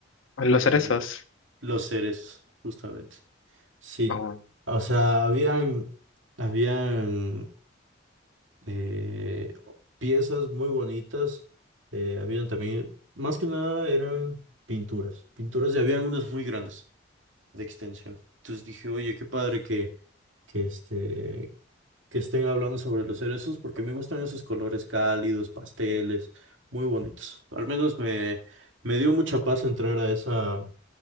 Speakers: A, on the left; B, on the right.
A: los
B: Eh,
A: cerezos.
B: los seres, justamente. Sí,
A: Oh,
B: o sea, habían, habían eh, piezas muy bonitas. eh, habían también, más que nada eran pinturas, pinturas y habían unas muy grandes de extensión. Entonces dije, oye, qué padre que, que, este, que estén hablando sobre los cerezos porque me gustan esos colores cálidos, pasteles, muy bonitos. Al menos me, me dio mucha paz entrar a esa,